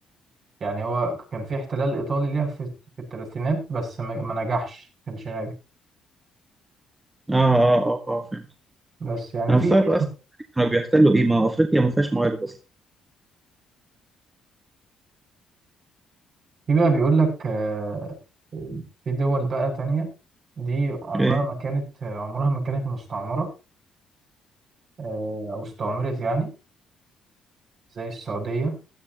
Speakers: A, on the right; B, on the right.
A: يعني هو كان في احتلال إيطالي ليها في في الثلاثينات بس ما ما نجحش ما كانش ناجح
B: آه آه آه, آه فهمت
A: بس يعني
B: أنا
A: في
B: مستغرب
A: في
B: أصلا كانوا بيحتلوا إيه ما أفريقيا ما فيهاش موارد أصلا
A: في بقى بيقول لك آه، في دول بقى تانية دي عمرها
B: إيه
A: ما كانت عمرها ما كانت مستعمرة آه، أو استعمرت يعني زي السعودية